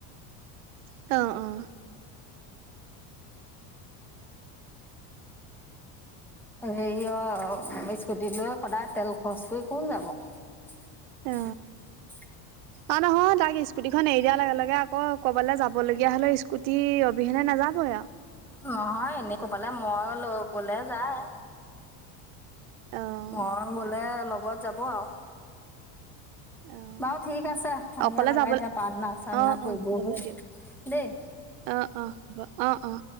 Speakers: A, on the right; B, in the centre.
A: অ', অ'।
B: হেৰি অ, ' স্কুটি লৈ সদায় তেল খৰচ কৰি কোন যাব! <unintelligible>
A: অ', অ' নহয়, তাক স্কুটিখন এৰি দিয়া লগে, লগে আকৌ ক'বালৈ যাবলগীয়া হ'লে স্কুটি অবিহেনে নাযাবই আৰু।
B: নহয়, এনে ক'বালে মই লৈ গ'লে যায়।
A: অ',
B: মই গ'লে লগত যাব আৰু।
A: অ',
B: বাৰু ঠিক আছে সন্ধিয়া
A: অকলে
B: লগাই
A: যাবলৈ
B: এতিয়া পাৰ্থনা-সাৰ্থনা
A: অ', অ',
B: কৰিব
A: হ'ব
B: হ'ল,
A: দিয়ক।
B: দেই।
A: অ', অ' হ'ব, অ', অ'।